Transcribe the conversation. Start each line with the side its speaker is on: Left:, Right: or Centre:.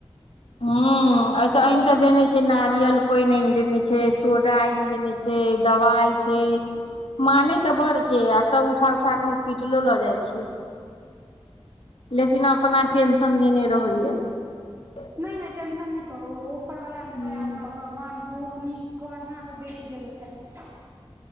Left: ह अचछा अइन
Right: ओकरा
Left: तऽ देने छै नारियल पानि आनि देने छै सोडा आनि देने छै दवाई छै मानय
Right: हँ
Left: तऽ बड़ छैक त उठा -उठा कऽ हॉस्पिटलो लऽ जाइत छैक लेकिन अपना टेंशन धेने रहैत अछि।।
Right: नहि नहि टेन्शन नहि करू उपर वला
Left: हमर
Right: केँ दया सँ भगवान बहुत नीक घरमे अहाँके बेटी गेलैथ हँ।